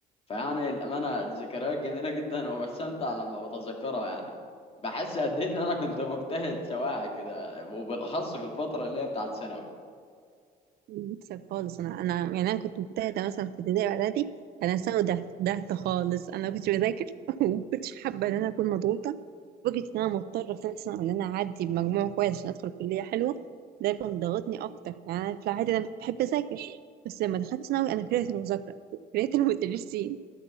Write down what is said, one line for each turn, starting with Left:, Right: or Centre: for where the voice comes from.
Left: فيعني الأمانة ذكريات جميلة جدا <laughs> وبستمتع لما بتذكرها يعني بحس قد إيه إن أنا كنت مجتهد سواعي كده وبالأخص في الفترة اللي هي بتاعت ثانوي
Right: بكسب خالص انا انا يعني انا كنت مجتهده مثلا في ابتدائي واعدادي انا ثانوي ضعت ضعت خالص انا كنت بذاكر <laughs> وما كنتش حابه ان انا اكون مضغوطه فكره ان انا مضطره في ثالث سنه ان انا اعدي بمجموع كويس عشان ادخل كليه حلوه ده كان ضغطني اكتر يعني أنا في العادي انا بحب اذاكر بس لما دخلت ثانوي انا كرهت المذاكره <laughs> كرهت المدرسين